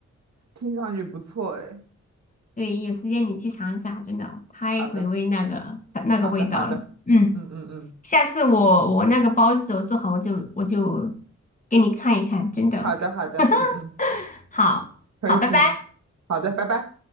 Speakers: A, on the right; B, on the left.
A: 听上去不错哎。
B: 对，有时间你去尝一下，真的太回味那个那个味道了。
A: 好的，好的，好的。
B: 嗯，
A: 嗯嗯嗯，
B: 下次我我那个包子我做好，我就我就给你看一看，真的
A: 好的，好的，嗯嗯，
B: <laughs> 好好，
A: 可以可以，
B: 拜拜。
A: 好的，拜拜。